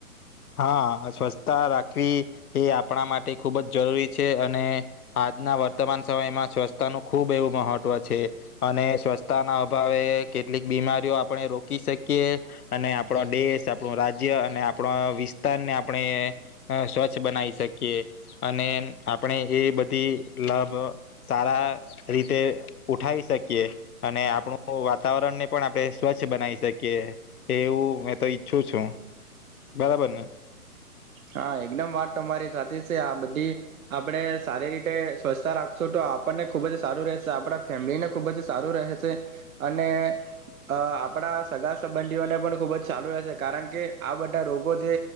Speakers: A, on the left (about 70°); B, on the right (about 65°).
A: હા સ્વરછતા રાખવી એ આપણા માટે ખુબ જ જરૂરી છે અને આજના વર્તમાન સમયમાં સ્વચ્છતા નું ખૂબ એવું મહત્વ છે અને સ્વરછતાના અભાવે કેટલીક બીમારીઓ આપણે રોકી શકીએ અને આપણો દેશ આપણું રાજ્ય અને આપણા વિ વિસ્તારને આપણે અ સ્વચ્છ બનાવી શકીએ અને આપણે એ બધી લાભ સારા રીતે ઉઠાવી શકીએ અને આપણું વાતાવરણને પણ આપણે સ્વચ્છ બનાવી શકીએ એવું મેં તો ઈચ્છું છું. બરાબરને?
B: હા એકદમ વાત તમારી સાચી જ છે આ બધી આપણે સારી રીતે સ્વચ્છતા રાખશું તો આપણને ખૂબ જ સારું રહેશે આપણા ફેમિલીને ખૂબ જ સારું રહેશે અને અ આપણા સગા સંબંધીઓને પણ ખૂબ જ સારું રહેશે કારણ કે આ બધા રોગો જે